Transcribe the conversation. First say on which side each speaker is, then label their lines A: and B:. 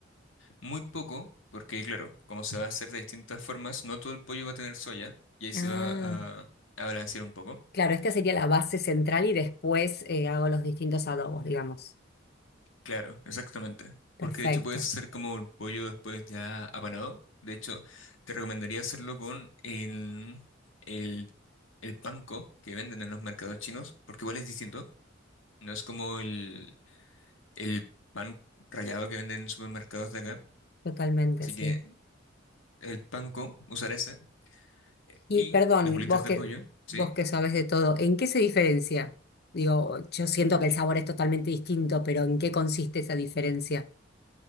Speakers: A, on the left (about 80°); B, on the left (about 55°).
A: Muy poco, porque claro, como se va a hacer de distintas formas, no todo el pollo va a tener soya y ahí se
B: Ah,
A: va a, a balancear un poco.
B: claro, esta sería la base central y después eh, hago los distintos adobos, digamos.
A: Claro, exactamente.
B: Perfecto,
A: Porque de hecho puedes hacer como el pollo después ya apanado. De hecho, te recomendaría hacerlo con el, el, el panko que venden en los mercados chinos, porque igual es distinto. No es como el, el pan rallado que venden en supermercados de acá.
B: totalmente,
A: Así
B: sí.
A: que el panko, usar ese, eh,
B: Y
A: y
B: perdón,
A: las bolitas
B: vos
A: de
B: que,
A: pollo, ¿sí?
B: vos que sabés de todo, ¿en qué se diferencia? Digo, yo siento que el sabor es totalmente distinto, pero ¿en qué consiste esa diferencia?